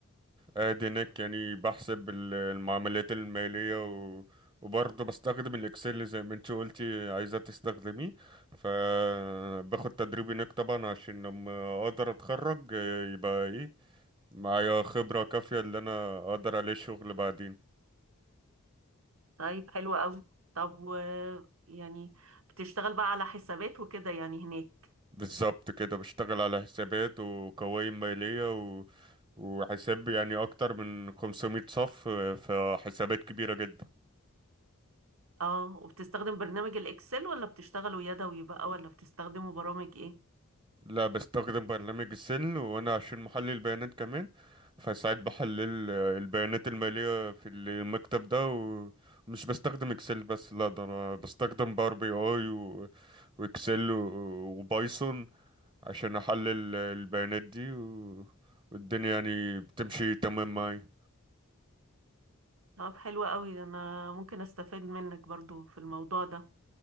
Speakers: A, on the right; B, on the right.
A: ادي هناك يعني بحسب ال- المعاملات المالية و... وبرضه بستخدم الاكسل زي ما انت قلتي عايزة تستخدميه فباخد تدريب هناك طبعا عشان لما اقدر اتخرج آه، يبقى ايه معايا خبرة كافية اللي انا اقدر عليه شغل بعدين
B: طيب حلو قوي طب و يعني بتشتغل بقى على حسابات وكده يعني هناك
A: بالظبط كده بشتغل على حسابات وقوائم مالية و... وحساب يعني اكتر من 500 صف آه، فحسابات كبيرة جدا
B: اه وبتستخدم برنامج الاكسل ولا بتشتغله يدوي بقى ولا بتستخدمه برامج ايه
A: لا بستخدم برنامج السل وانا عشان محلل البيانات كمان فساعات بحلل آه، البيانات المالية في المكتب ده ومش بستخدم اكسل بس لا ده انا بستخدم باور بي اي و- واكسل و- وبايثون عشان احلل آه، البيانات دي و- والدنيا يعني بتمشي تمام معايا
B: طب حلو قوي انا ممكن استفاد منك برضو في الموضوع ده